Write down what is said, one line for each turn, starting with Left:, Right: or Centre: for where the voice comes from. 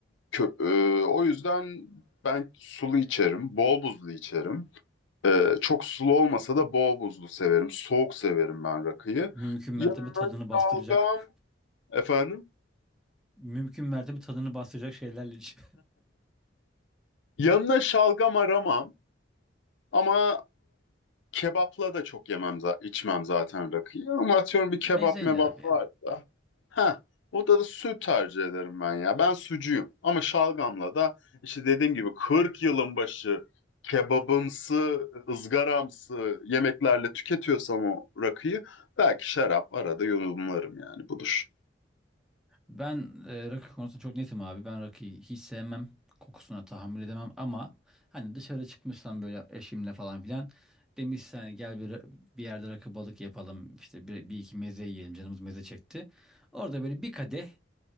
Left: kö- e, o yüzden ben sulu içerim, bol buzlu içerim. Ee, çok sulu olmasa da bol buzlu severim. Soğuk severim ben rakıyı.
Centre: Mümkün
Left: Yanına
Centre: mertebe tadını bastıracak.
Left: şalgam efendim.
Centre: <laughs> Mümkün mertebe tadını bastıracak şeylerle iç.
Left: Yanına şalgam aramam ama Kebapla da çok yemem, za- içmem zaten rakıyı. Ama atıyorum
Centre: <laughs>
Left: bir kebap
Centre: Mezeyle
Left: mebap
Centre: abi ya.
Left: varsa. Ha, o da, da süt tercih ederim ben ya. Ben sucuyum. Ama şalgamla da işte dediğim gibi 40 yılın başı kebabımsı, ızgaramsı yemeklerle tüketiyorsam o rakıyı belki şarap arada yudumlarım yani budur.
Centre: Ben e, rakı konusunda çok netim abi. Ben rakıyı hiç sevmem. Kokusuna tahammül edemem ama hani dışarı çıkmışsam böyle eşimle falan filan demişsen hani gel bir, bir yerde rakı balık yapalım işte bir, bir iki meze yiyelim canımız meze çekti. Orada böyle bir kadeh